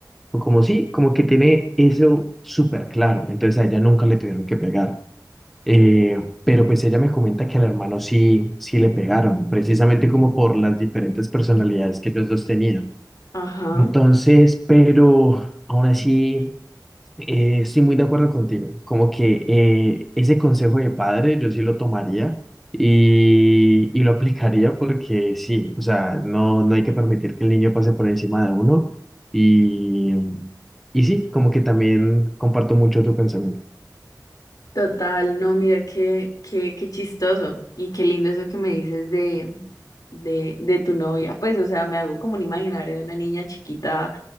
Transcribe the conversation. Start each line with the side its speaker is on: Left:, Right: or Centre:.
Centre: o como sí, como que tiene eso súper claro, entonces a ella nunca le tuvieron que pegar. Eh, pero pues ella me comenta que al hermano sí, sí le pegaron, precisamente como por las diferentes personalidades
Left: Ujú.
Centre: que los dos tenían.
Left: Ajá.
Centre: Entonces, pero aún así, eh, estoy muy de acuerdo contigo, como que eh, ese consejo de padre yo sí lo tomaría y, y lo aplicaría porque sí, o sea, no, no hay que permitir que el niño pase por encima de uno y, y sí, como que también comparto mucho tu pensamiento.
Left: Total, no, mira qué, qué, qué chistoso y qué lindo eso que me dices de, de, de tu novia. Pues, o sea, me hago como un imaginario de una niña chiquita,